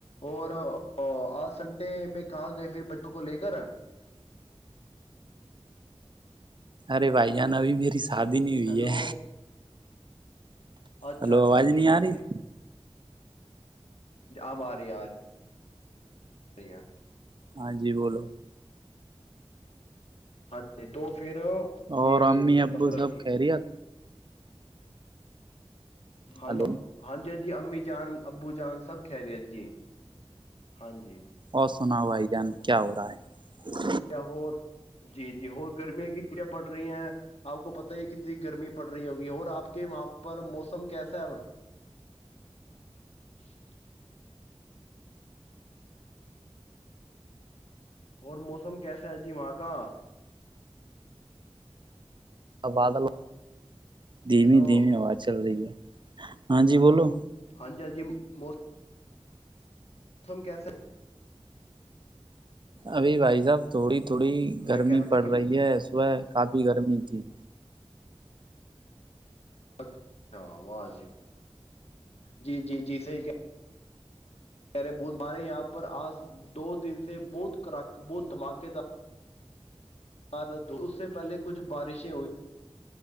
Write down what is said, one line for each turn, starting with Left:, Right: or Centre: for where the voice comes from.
Left: اور آج سنڈے میں کہاں گئے پھر بچوں کو ل کے کرا
Right: ارے بھائی جان ابھی میری س شادی نہیں ہوئی
Left: ہیلو
Right: ہے
Left: اچھا
Right: ہلو
Left: اچھا
Right: آواز
Left: ٹھیک
Right: نہیں
Left: ہے
Right: آ رہی
Left: ٹھیک اپ آ رہی آ رہی سرییا
Right: ہاں جی بولو
Left: ہاں جی تو پھر
Right: اور
Left: یہ
Right: امی ابو
Left: مثلب
Right: سب
Left: کی
Right: خیریت
Left: ہاں
Right: ہلو
Left: ج ہاں جی ہ جی جی امی جان ابو جان سب خہری ہے جی ہاں جی
Right: اور سناؤ بھائی جان کیا ہو رہا ہے
Left: یا ہو جی جی ہو گرمیاں کت پڑ رہی ہیں آپ کو پت ہی کتنی گرمی پڑ رہی ہوگی اور آپ کے وہاں پر موسم کیسا ہے وہ <inaudible> اور موسم کیسا ہے جی وہاں کا
Right: تبادل دھیمی
Left: ہیلو
Right: دھیمی آواز چل رہی ہے ہاں جی بولو
Left: ہاں جی ہاں جی موس ہمم کیسے؟
Right: ابھی بھائی صاحب تھوڑی تھوڑی
Left: ہے؟
Right: گرمی
Left: میں کہہ رہا تھا
Right: پڑ
Left: کہ
Right: رہی ہے صبح کافی بی گرمی ت
Left: اچھا وض جی جی جی صحیح کہ رے ب ہمارے یہاں پر آج دو دن سے بت بہت دھماکے تھا اور اس سے پہلے کچھ بارشیں ہوئیں